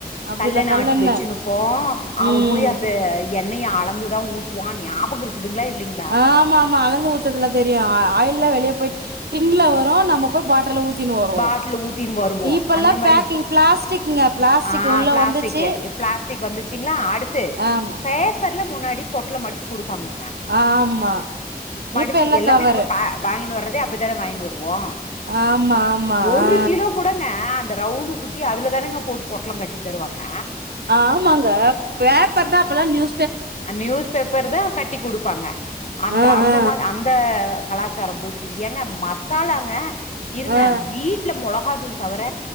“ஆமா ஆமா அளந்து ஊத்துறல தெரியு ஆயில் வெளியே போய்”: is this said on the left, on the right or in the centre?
Right